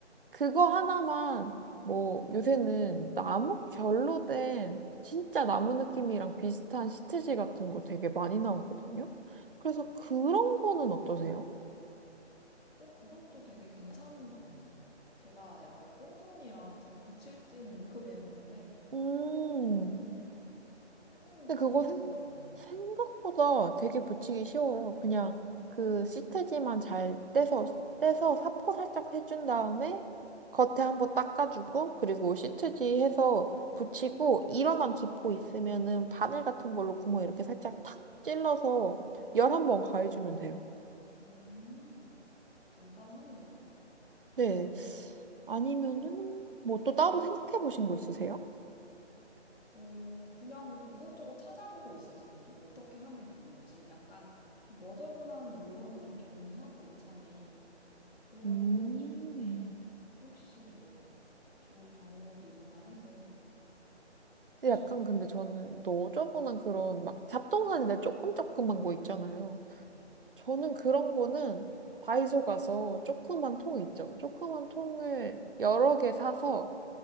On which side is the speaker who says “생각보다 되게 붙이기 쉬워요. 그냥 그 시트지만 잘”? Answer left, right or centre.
Right